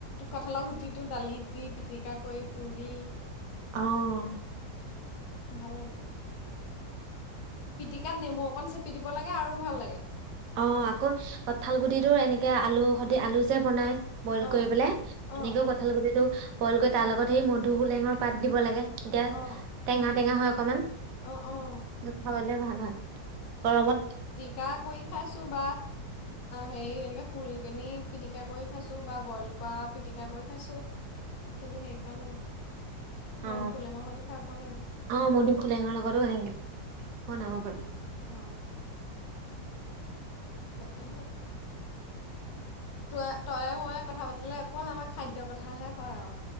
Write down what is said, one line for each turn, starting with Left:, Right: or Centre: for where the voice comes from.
Left: কঁঠালৰ, গুটিটো দালিত দি, পিটিকা কৰি, পুৰি
Right: অঁ
Left: ভাল লাগে পিটিকাত নেমু, অকণ চেপি দিব লাগে আৰু ভাল লাগে
Right: অঁ আকৌ কঁঠাল, গুডটিটো এনেকৈ আলু সদ আলু যে বনায় বইল
Left: অঁ
Right: কৰি পেলাই তেনেকেও
Left: অঁ
Right: কঁঠাল গুটটো বইল কৰি তাৰ লগত সেই মধু বোলেঙৰ পাত দিব লাগে এতিয়া
Left: অঁ
Right: টেঙা টেঙা হয়। অকমান
Left: অঁ অঁ
Right: খাবলে ভাল হয়। গৰমত
Left: পিতিকা কৰি খাইছোঁ বা হেৰি এনেকে পুৰি পিনি পিটিকা কৰি খাইছো বা বইল কৰা পিটিকা কৰি খাইছোঁ কিন্তু সে কৰানাই
Right: অ
Left: মধুসু লেঙৰ সতে খাই পোৱা নাই
Right: অ মধু খোলেঙৰ লগতোঅনেকে বনাব পাৰি
Left: অ তাকেহে তই তইে ময়ে কথা পাতিলে অকল আমাৰ খাদ্যৰ কথাহে হয় অ